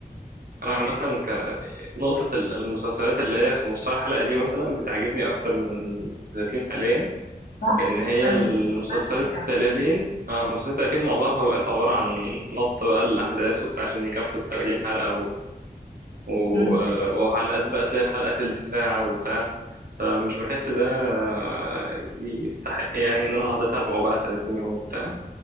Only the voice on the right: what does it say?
انا عامة كان نقطة ال- المسلسلات اللي هي 15 حلقة دي مثلا بتعجبني أكتر من 30 حاليا
لأن هي
المسلسلات
ال 30 آه مسلسلات 30 معظمها بقت عبارة عن نط بقى الأحداث وبتاع عشان يكفوا ال 30 حلقة و... و...
وحلقات بقى تلاقي الحلقة تلت ساعة وبتاع فمش بحس ده آه، يستحق يعني إن أنا أقعد أتابعه بقى 30 يوم وبتاع